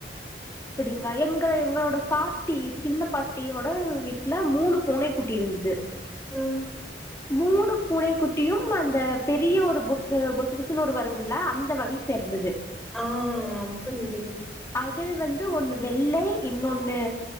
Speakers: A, on the left; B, in the centre.
A: அப்டிங்களா எங் தா எங்களோட தா பாட்டி சின்ன பாட்டியோட வீட்டுல மூணு பூனை குட்டி இருந்தது
B: உம்
A: மூணு பூனை குட்டியும் அந்த பெரிய ஒரு பொசு பொசுபுசுனு வரும்ல அந்த வகை சேர்ந்தது
B: ஆ புரியுது
A: அதில் வந்து ஒண்ணு வெள்ளை இன்னொன்னு